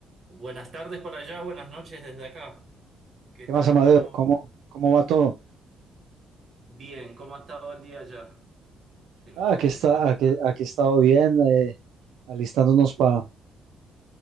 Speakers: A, on the right (about 45°); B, on the right (about 80°).
A: Buenas tardes por allá, buenas noches desde acá. ¿Qué
B: ¿Qué
A: tal?
B: más, Amadeo?
A: ¿Cómo?
B: ¿Cómo, cómo va todo?
A: Bien, ¿cómo ha estado el día allá? El
B: Ah,
A: clima.
B: aquí está, aquí, aquí he estado bien, eh, alistándonos pa-